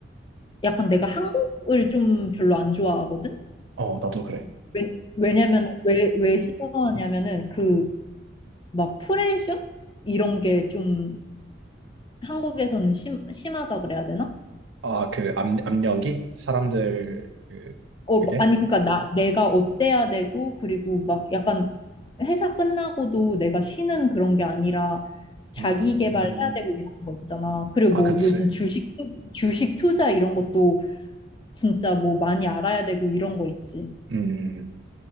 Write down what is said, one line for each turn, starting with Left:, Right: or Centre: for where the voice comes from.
Left: 약간 내가 한국을 좀 별로 안 좋아하거든?
Right: 어, 나도 그래.
Left: 왜, 왜냐면, 왜, 왜 싫어하냐면은 그 막 프레셔? 이런 게 좀 한국에서는 심, 심하다 그래야 되나?
Right: 아, 그 압, 압력이? 사람들, 그,
Left: 어,
Right: 그게?
Left: 아니, 그러니까 나, 내가 어때야 되고, 그리고 막 약간 회사 끝나고도 내가 쉬는 그런 게 아니라 자기
Right: 음,
Left: 개발해야 되고 이런 거 있잖아. 그리고
Right: 아, 그치.
Left: 뭐 요즘
Right: 음,
Left: 주식, 주식 투자 이런 것도 진짜 뭐 많이 알아야 되고 이런 거 있지.
Right: 음, 음.